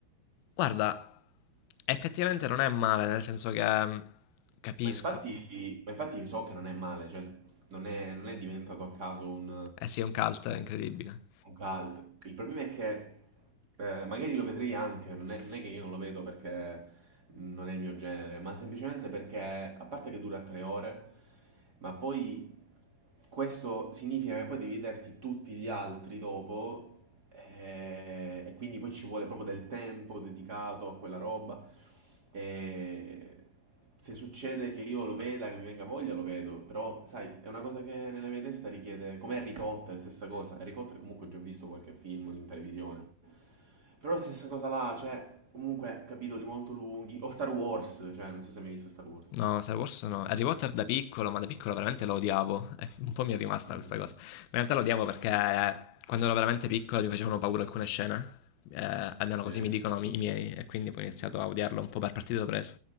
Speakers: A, on the left; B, on the right.
A: Guarda, effettivamente non è male, nel senso che mm, capisco.
B: Ma infatti, ma infatti so che non è male, cioè non è, non è diventato a caso un,
A: Eh sì, è un cult incredibile.
B: Un cult. Il problema è che eh, magari lo vedrei anche, non è, non è che io non lo vedo perché non è il mio genere, ma semplicemente perché, a parte che dura tre ore, ma poi questo significa che poi devi vederti tutti gli altri dopo eh, e quindi poi ci vuole proprio del tempo dedicato a quella roba. E se succede che io lo veda, che mi venga voglia, lo vedo, però sai, è una cosa che nella mia testa richiede, come Harry Potter, stessa cosa, Harry Potter comunque ho già visto qualche film in televisione, però la stessa cosa là, cioè, comunque capitoli molto lunghi, o Star Wars, cioè, non so se hai mai visto Star Wars.
A: No, Star Wars no. Harry Potter da piccolo, ma da piccolo veramente lo odiavo. Eh, un po' mi è rimasta
B: Mm,
A: questa cosa. Ma in realtà lo odiavo perché eh, quando ero veramente piccolo mi facevano paura alcune scene. Eh, almeno
B: sì.
A: così mi dicono i miei, e quindi poi ho iniziato a odiarlo un po' per partito preso.